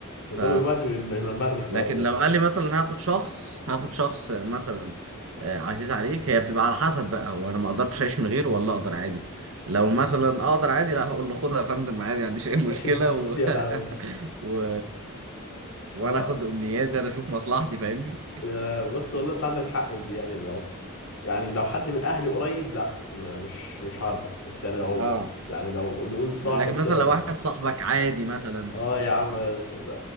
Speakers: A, on the left; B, on the right.
A: ده
B: ف
A: دول الوقت بيمرمغني في
B: لكن
A: الارض يعني
B: لو قال لي مثلا هاخد شخص هاخد شخص مثلا آه، عزيز عليك هي بتبقى على حسب بقى هو انا ما اقدرش اعيش من غيره ولا اقدر عادي لو مثلا اقدر عادي لا هقول له خدها يا فندم عادي ما عنديش اي مشكله
A: <laughs> بالظبط
B: و...
A: يا لهوي
B: <laughs> و... وانا
A: اه
B: اخد امنياتي انا اشوف مصلحتي فاهمني
A: يا- بص والله انت عندك حق في دي يعني لو يعني لو حد من اهلي قريب لا م- مش مش هرضى بس يعني لو
B: اه
A: يعني لو نقول صاحب
B: لكن مثلا
A: كده ولا
B: لو واحد صاحبك عادي مثلا
A: اه يا عم ده